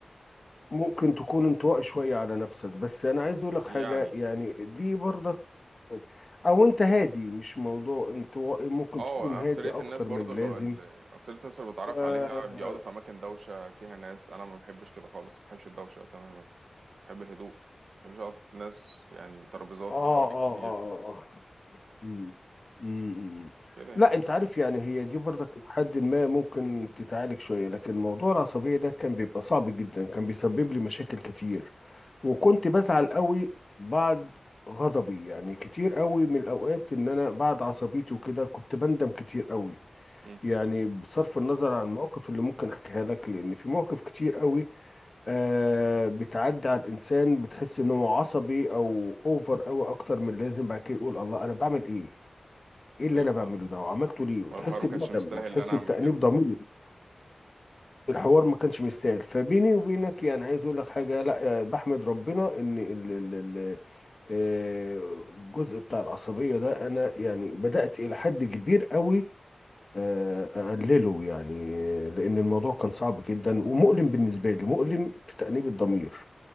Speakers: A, on the left; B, on the right.
A: ممكن تكون انطوائي شوية على نفسك بس أنا عايز أقولك
B: يعني
A: حاجة يعني دي برضك أو أنت هادي مش موضوع انطوائي ممكن
B: اه
A: تكون هادي
B: اكترية
A: أكتر
B: الناس برضو
A: من اللازم
B: اللي اللي- اكترية الناس اللي بتعرف
A: آه
B: عليها بيقعدوا في اماكن دوشة فيها ناس انا ما بحبش كده خالص ما بحبش الدوشة تماما بحب الهدوء ما بحبش اقعد ناس يعني ترابيزات
A: آه
B: حواليك
A: آه
B: كتير
A: آه, آه. مم. مم.
B: كده يعني
A: لا انت عارف يعني هي دي برضك لحد ما ممكن تتعالج شويه لكن موضوع العصبيه ده كان بيبقى صعب جدا كان بيسبب لي مشاكل كتير وكنت بزعل قوي بعد غضبي يعني كتير قوي من الاوقات ان انا بعد عصبيتي وكده كنت بندم كتير قوي
B: مم.
A: يعني بصرف النظر عن المواقف اللي ممكن احكيها لك لان في مواقف كتير قوي آه بتعدي على الانسان بتحس انه عصبي او اوفر قوي اكتر من اللازم بعد كده يقول الله انا بعمل ايه ايه اللي
B: ايوه
A: انا بعمله
B: فاهمك
A: ده وعملته ليه وتحس
B: وانا الحوار ما
A: بندم
B: كانش مستاهل
A: وتحس
B: ان انا اعمل
A: بتأنيب
B: كده
A: ضمير الحوار ما كانش مستاهل فبيني وبينك يعني عايز اقول لك حاجه لا آه، بحمد ربنا ان ال- ال- ال- آه، الجزء بتاع العصبيه ده انا يعني بدأت الى حد كبير قوي آه، اقلله يعني آه، لان الموضوع كان صعب جدا ومؤلم بالنسبه لي مؤلم في تأنيب الضمير